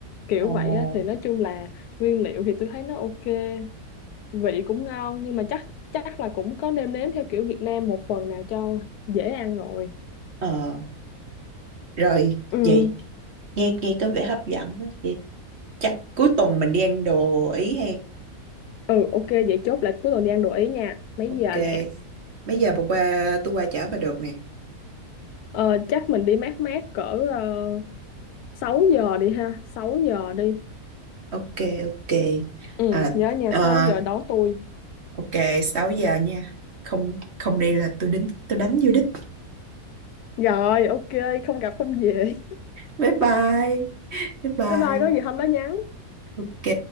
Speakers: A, on the left; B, on the right.
A: kiểu
B: Ồ,
A: vậy á thì nói chung là nguyên liệu thì tôi thấy nó ok vị cũng ngon nhưng mà chắc chắc là cũng có nêm nếm theo kiểu Việt Nam một phần nào cho dễ ăn rồi
B: ờ, rồi
A: Ừ,
B: vậy nghe nghe có vẻ hấp dẫn đó. Vậy chắc cuối tuần mình đi ăn đồ Ý hay.
A: Ừ ok vậy chốt lại cuối tuần đi ăn đồ Ý nha Mấy
B: Ok.
A: giờ nè
B: Mấy giờ bà qua tôi qua chở bà được nè.
A: ờ, Chắc mình đi mát mát cỡ uh, 6 giờ đi ha 6 giờ đi
B: Ok, ok.
A: Ừ
B: À,
A: nhớ nhà
B: à,
A: 6 giờ đón tôi
B: ok, 6 giờ nha. Không không đi là tôi đính tôi đánh vô đích.
A: Rồi ok không gặp không về
B: Bye bye. Bye bye.
A: Bye bye có gì hôm đó nhắn
B: Ok.